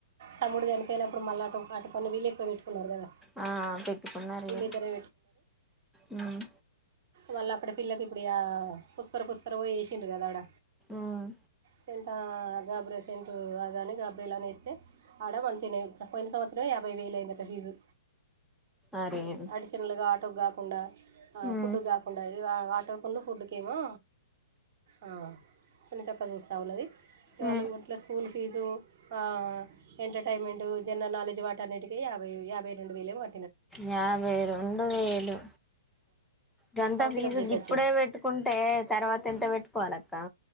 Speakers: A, on the right; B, in the centre.
A: తమ్ముడు చనిపోయినప్పుడు మళ్ళ అటు ఆటుకొన్ని వీళ్లు ఎక్కువ పెట్టుకున్నారు కదా
B: ఆ పెట్టుకున్నారు
A: వీళ్ళిద్దరే
B: ఇగ ఉమ్
A: వాళ్ళ అప్పుడ పిల్లకి ఇప్పుడు యా పుస్కర పుస్కర పోయ్యి ఏసిండు కదా ఆడ
B: ఉమ్
A: సెంటా గాబురె సెంటు అదని గాబ్రీలానా ఏస్తే ఆడ మంచిగనే పోయిన సంవత్సరమే యాభై వేలు అయ్యిందట ఫీజు
B: అరేం
A: డిషన్లుగా ఆటోకి కాకుండా ఆ
B: ఉమ్
A: ఫుడ్డుకు కాకుండా ఇగ ఆటో కొన్ను ఫుడ్డుకేమో ఆ సునీతక్క చూస్తూ ఉన్నది వాళ్ళు
B: ఉమ్
A: గట్ల స్కూల్ ఫీజు ఆ ఎంటర్టైన్మెంట్ జనరల్ నాలెజ్ వాటన్నిటికీ యాభై యాభై రెండు వేలేమో గ
B: యాభై రెండు వేలు గంత
A: ఫామ్
B: ఫీజు
A: ఫిలప్ చేసి
B: గిప్పుడే
A: వచ్చిండు
B: పెట్టు కుంటే తర్వాత ఎంత పెట్టుకోవాలి అక్క